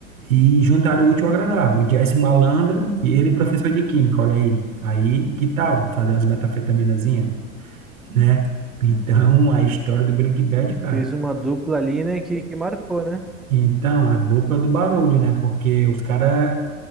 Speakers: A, on the right; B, in the centre.
A: e juntaram o útil ao agradável. O Jess malandro e ele professor de química, olha aí. Aí, que tal fazer umas metafetaminazinhas? né? Então, a história do Breaking Bad, cara.
B: Fez uma dupla ali, né, que, que marcou, né?
A: Então, a dupla do barulho, né? Porque os caras